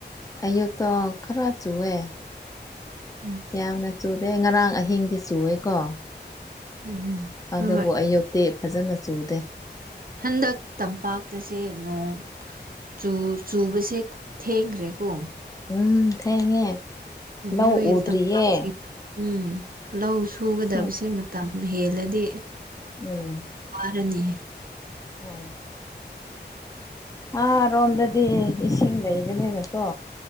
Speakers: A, on the left; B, on the right.
A: ꯑꯌꯨꯛꯇꯣ ꯈꯔ ꯆꯨꯋꯦ
B: ꯎꯝ
A: ꯌꯥꯝꯅ ꯆꯨꯗꯦ ꯉꯔꯥꯡ ꯑꯍꯤꯡꯗꯤ ꯆꯨꯋꯦꯀꯣ
B: ꯎꯝ
A: ꯑꯗꯨꯕꯨ
B: ꯍꯣꯏ ꯍꯣꯏ
A: ꯑꯌꯨꯛꯇꯤ ꯐꯖꯅ ꯆꯨꯗꯦ
B: ꯍꯟꯗꯛ ꯇꯝꯄꯥꯛꯇꯁꯦ ꯅꯣꯡ ꯆꯨ ꯆꯨꯕꯁꯦ ꯊꯦꯡꯈ꯭ꯔꯦꯀꯣ
A: ꯎꯝ ꯊꯦꯡꯉꯦ ꯂꯧ
B: ꯅꯣꯏ
A: ꯎꯗ꯭ꯔꯤꯌꯦ
B: ꯇꯝꯄꯥꯛꯁꯤꯡ ꯎꯝ ꯂꯧ ꯁꯨꯒꯗꯕꯁꯦ
A: ꯏꯁꯤꯡ
B: ꯃꯇꯝ ꯍꯦꯜꯂꯗꯤ
A: ꯎꯝ
B: ꯋꯥꯔꯅꯤ
A: ꯍꯣꯏ ꯑꯥ ꯔꯣꯝꯗꯗꯤ ꯏꯁꯤꯡ ꯂꯩꯕꯅꯦꯅꯀꯣ